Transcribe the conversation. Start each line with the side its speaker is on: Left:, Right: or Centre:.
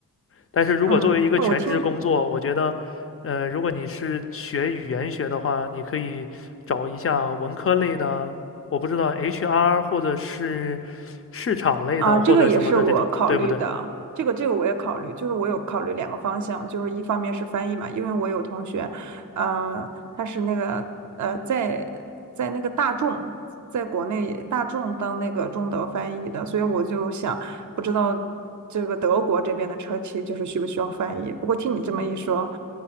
Left: 但是如果作为一个全职工作，
Right: 嗯，那我听
Left: 我觉得，呃，如果你是学语言学的话，你可以找一下文科类的，我不知道 HR 或者是市场类的或者什么的这种，
Right: 啊，这个也是我考虑的，
Left: 对不对？
Right: 这个这个我也考虑，就是我有考虑两个方向，就是一方面是翻译嘛，因为我有同学，呃，他是那个呃在在那个大众，在国内大众当那个中德翻译的，所以我就想不知道这个德国这边的车企就是需不需要翻译，不过听你这么一说，